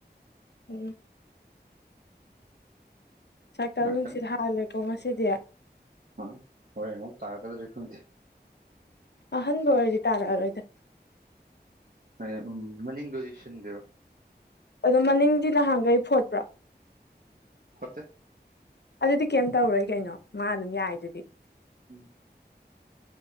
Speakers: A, on the left (about 75°); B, on the right (about 55°).
A: ꯎꯝ ꯁꯥꯏꯀꯜ
B: ꯉꯥꯛꯇꯪ
A: ꯅꯨꯡꯁꯤꯠ ꯍꯥꯜꯂꯦꯀꯣ ꯉꯁꯤꯗꯤ
B: ꯍꯥ ꯍꯣꯔꯦꯜ ꯑꯃꯨꯛ ꯇꯥꫪꯛꯀꯗꯔ꯭ꯗꯤ ꯈꯪꯗꯦ
A: ꯑꯍꯟꯕ ꯑꯣꯏꯔꯗꯤ ꯇꯥꯔꯛꯑꯔꯣꯏꯗ
B: ꯍꯣꯏ ꯎꯝ ꯃꯅꯤꯡꯗꯨꯗꯤ ꯁꯤꯟꯕꯤꯔꯣ
A: ꯑꯗꯣ ꯃꯅꯤꯡꯗꯤ ꯅꯍꯥꯟꯈꯩ ꯐꯣꯠꯄ꯭ꯔꯣ
B: ꯐꯣꯠꯇꯦ
A: ꯑꯗꯨꯗꯤ ꯀꯩꯝ ꯇꯧꯔꯣꯏ ꯀꯩꯅꯣ ꯃꯥ ꯑꯗꯨꯝ ꯌꯥꯏꯗꯨꯗꯤ
B: <inaudible>